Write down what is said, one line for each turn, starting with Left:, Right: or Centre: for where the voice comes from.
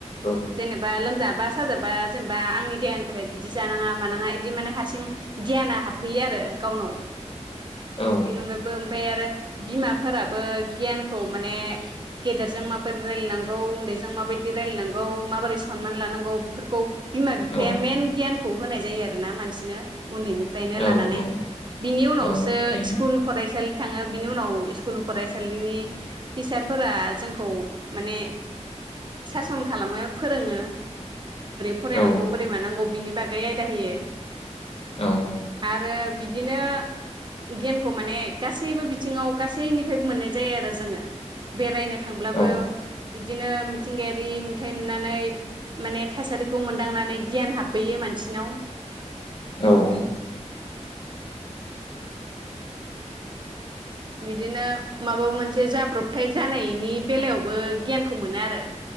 Left: औ
Right: जेनेबा लोमजाबा साजाबा- जेनेबा आंनि देहानि थाखाय बिदि जानाङा मानाङा बिदि माने हारसिं गियाना हाबफैयो आरो गावनाव
Left: औ
Right: बेनि अनगायैबो आरो बिमाफोराबो गियानखौ माने गेदेरजों माबोरै रायलाय नांगौ उन्दैजों माबायदि रायलाय नांगौ माबोरै सनमान लानांगौ बेफोरखौ बिमा बिफाया
Left: औ
Right: मेन गियान खौ होनाय जायो आरो ना मानसि नो उन्दैनिफ्रायनो
Left: औ
Right: लानानै
Left: औ
Right: बिनि उनावसो
Left: औ थारैनो
Right: स्कुल फरायसालि थाङो बिनि उनाव स्कुल फरायसालिनि टिचारफोरा जोंखौ माने सासन खालामो फोरोङो फरायनांगौ
Left: औ
Right: बोरै मानांगौ बिनि बा गै आयदा होयो।
Left: औ
Right: आरो। बिदिनो गियानखौ माने गासैबो बिथिङाव गासैनिफ्रायबो मोननाय जायो आरो जोङो बेरायनो थांब्लाबो
Left: औ
Right: बिदिनो मिथिंगायारि नुथाय नुनानै माने थासारि खौ मोनदांनानै गियान हाबबोयो मानसिनाव।
Left: औ। <inaudible>
Right: बिदिनो माबा मोनसे जाब्रबथाय जानायनि बेलायावबो गियानखौ मोनो आरो।